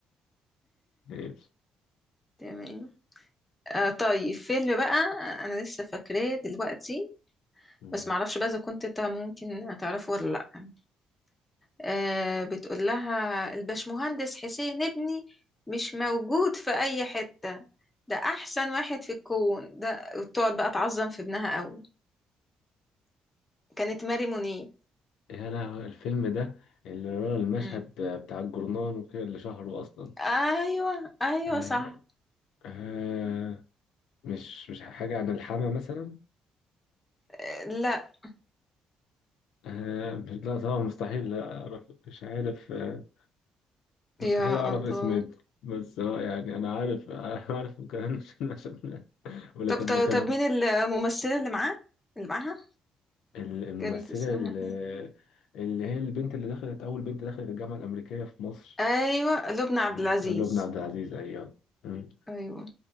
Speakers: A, on the left; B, on the left.
A: ماشي
B: تمام آه طيب فيلم بقى انا لسه فاكراه دلوقتي
A: مم.
B: بس معرفش بقى اذا كنت انت ممكن هتعرفه ولا لا آه بتقول لها الباشمهندس حسين ابني مش موجود في اي حتة ده احسن واحد في الكون ده تقعد بقى تعظم في ابنها قوي كانت ماري منيب
A: يا لهوي الفيلم ده اللي ورا المشهد
B: مم.
A: بتاع الجرنان وكده اللي شهره أصلا
B: ايوه ايوه
A: أيوه
B: صح
A: آه مش مش حاجة عن الحما مثلا
B: آه لا
A: آه مش لا طبعا مستحيل أعرف مش عارف آه مستحيل
B: يا
A: أعرف
B: الله
A: اسمه بس هو يعني أنا عارف <laughs> عارف كمان مش المشهد ده ولكن
B: طب طب,
A: ما كملتوش
B: طب مين الممثلة اللي معاه اللي معاها
A: ال- الممثلة
B: كانت اسمها
A: اللي,
B: ايه
A: اللي هي البنت اللي دخلت أول بنت دخلت الجامعة الأمريكية في مصر
B: ايوه لبنى عبد
A: مم.
B: العزيز
A: لبنى عبد العزيز أيوه مم.
B: ايوه